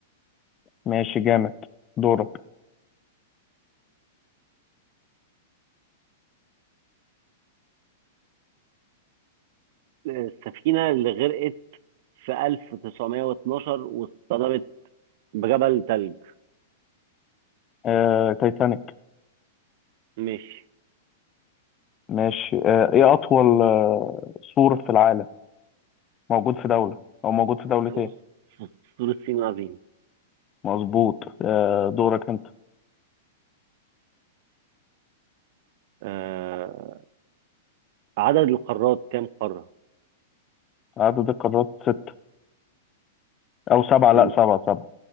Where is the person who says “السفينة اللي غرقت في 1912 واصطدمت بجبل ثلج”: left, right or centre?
Right